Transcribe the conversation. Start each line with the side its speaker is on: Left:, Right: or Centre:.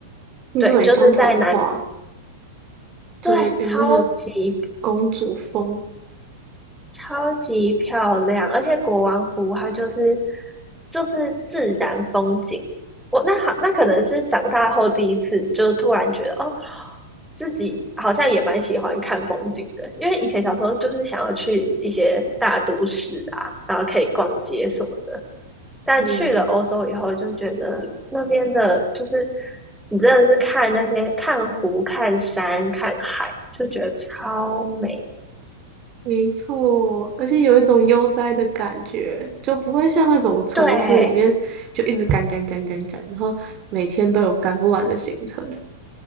Right: 听说很像童话，
Centre: 对，就是在南，对，
Right: 就是有那个
Centre: 超级
Right: 公主风。
Centre: 超级漂亮，而且国王湖它就是就是自然风景。我那好，那可能是长大后第一次，就突然觉得哦，自己好像也蛮喜欢看风景的，因为以前小时候就是想要去一些大都市啊，然后可以逛街什么的。但去了欧洲以后，
Right: 嗯。
Centre: 就觉得那边的，就是你真的是看那些看湖、看山、看海，就觉得超美。
Right: 没错，而且有一种悠哉的感觉，就不会像那种城市里面就一直赶赶赶赶赶，
Centre: 对
Right: 然后每天都有赶不完的行程。